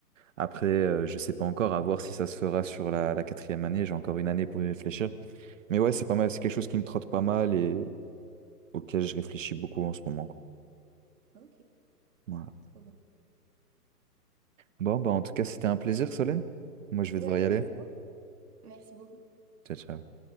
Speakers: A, on the right; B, on the right.
A: Après euh, je sais pas encore à voir si ça se fera sur la, la quatrième année. J'ai encore une année pour y réfléchir. Mais ouais c'est pas mal, c'est quelque chose qui me trotte pas mal et auquel je réfléchis beaucoup en ce moment quoi.
B: Ok,
A: Voilà.
B: trop bien.
A: Bon bah en tout cas c'était un plaisir Solène. Moi je vais
B: Ouais,
A: devoir y aller.
B: merci beaucoup. Merci beaucoup.
A: Ciao ciao.